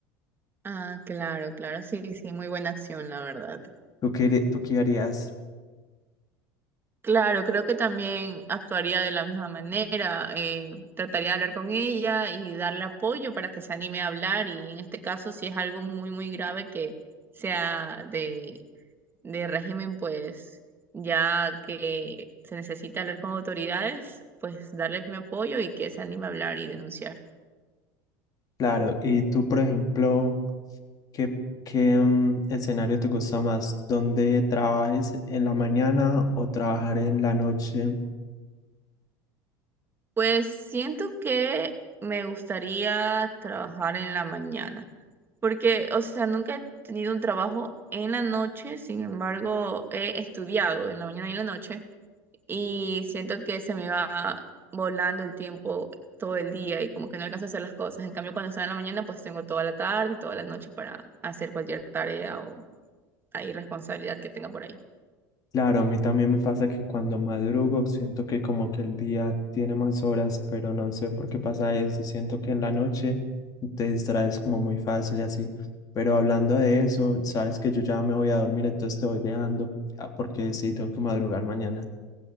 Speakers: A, on the right; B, on the left.
A: Ah, claro, claro, sí, sí, muy buena acción, la verdad.
B: ¿Tú qué, harí- tú qué harías?
A: Claro, creo que también actuaría de la misma manera, eh, trataría de hablar con ella y darle apoyo para que se anime a hablar y en este caso si es algo muy, muy grave que sea de de régimen, pues ya que se necesita hablar con autoridades, pues darle mi apoyo y que se anime a hablar y denunciar.
B: Claro. Y tú, por ejemplo... ¿Qué, qué, mm, escenario te gusta más? ¿Dónde trabajes en la mañana o trabajar en la noche?
A: Pues siento que me gustaría trabajar en la mañana, porque, o sea, nunca he tenido un trabajo en la noche, sin embargo, he estudiado en la mañana y en la noche. y siento que se me va volando el tiempo todo el día y como que no alcanzo a hacer las cosas. En cambio, cuando estoy en la mañana, pues tengo toda la tarde y toda la noche para hacer cualquier tarea o ahí responsabilidad que tenga por ahí.
B: Claro, a mí también me pasa que cuando madrugo siento que como que el día tiene más horas, pero no sé por qué pasa eso. Siento que en la noche te distraes como muy fácil y así. Pero hablando de eso, sabes que yo ya me voy a dormir, entonces te voy dejando ah, porque sí, tengo que madrugar mañana.